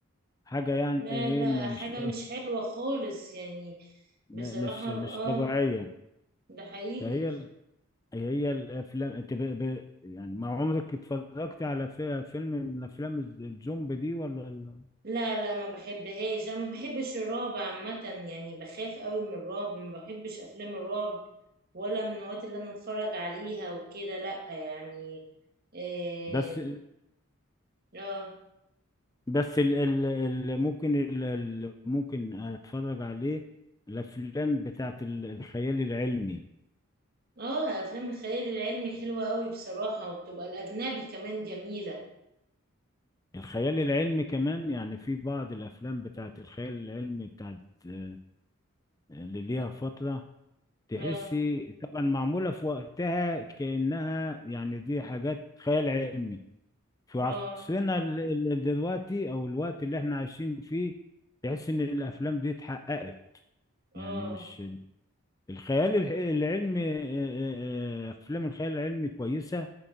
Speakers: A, on the left (about 15°); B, on the right (about 45°).
A: حاجة يعني
B: لا،
A: ايه
B: ده
A: م-
B: حاجة
A: مش
B: مش حلوة خالص يعني
A: م-
B: بصراحة
A: مش
B: اه
A: مش طبيعية
B: ده حقيقي
A: فهي ال- هي الافلام انت ب... ب... يعني ما عمرك اتفرجت على في- فيلم من افلام الز- الزومبي دي ولا
B: لا لا ما بحبهاش انا ما بحبش الرعب عامة يعني بخاف قوي من الرعب ما بحبش افلام الرعب ولا من الهوايات اللي انا اتفرج عليها وكده لا يعني إيه،
A: بس
B: اه
A: بس ال ال ال ممكن ال ال ممكن اتفرج عليه الافلام بتاعت ال- الخيال العلمي
B: اه افلام الخيال العلمي حلوة قوي بصراحة وبتبقى الاجنبي كمان جميلة
A: الخيال العلمي كمان يعني في بعض الافلام بتاعت الخيال العلمي بتاعت آه، اللي ليها فترة تحسي
B: اه
A: طبعا معمولة في وقتها كأنها يعني دي حاجات خيال علمي في عصرنا
B: اه
A: ال- ال- دلوقتي او الوقت اللي احنا عايشين فيه تحس ان الافلام دي اتحققت
B: اه
A: يعني مش الخيال الح- العلمي آه، آه، آه، افلام الخيال العلمي كويسه